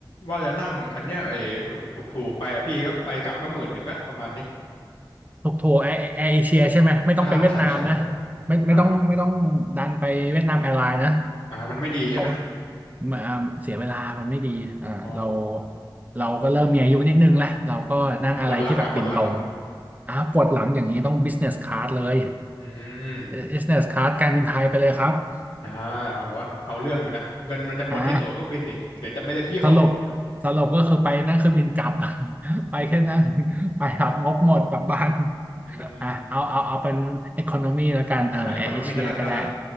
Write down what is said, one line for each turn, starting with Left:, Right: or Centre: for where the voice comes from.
Left: ว่าจะนั่งอันเนี้ยไอถูกถูกถูกไปอะพี่ก็ไปกลับก็หมื่นหนึ่งก็ประมาณนี้
Right: ถูกโทรแอร์แอร์เอเชียใช่ไหมไม่ต้องไปเวียดนามนะ
Left: อ่าใช่ใช่
Right: ไม่ไม่ต้องไม่ต้องดันไปเวียดนามแอร์ไลน์นะ
Left: อ่าอ่ามันไม่ดีใช่ไหม
Right: เพราะมันอ่าเสียเวลามันไม่ดีอ่าเรา
Left: อ๋อ
Right: เราก็เริ่มมีอายุนิดนึงแล้วเราก็นั่งอะไรที่แบบบินตรง
Left: ปวดหลังอะปวดหลัง
Right: อ่าปวดหลังอย่างนี้ต้อง business class เลย
Left: อืม
Right: business class การบินไทยไปเลยครับ
Left: อ่าผมว่าเอาเรื่องอยู่นะเงินมันจะหมดที่ตั๋วเครื่องบินดิเดี๋ยวจะไม่ได้เที่ยว
Right: อ่า สรุปสรุปก็คือไปนั่งเครื่องบินกลับ <laughs> ไปแค่นั้น <laughs> ไปรับงบหมดกลับบ้าน <laughs>
Left: <laughs> อืม
Right: อ่ะเอาเอาเอาเป็นอ c o คโน y แล้วกันเออแอร์เอเชียก็ได้
Left: อ่า e c o n o m y น่ารักน่ารัก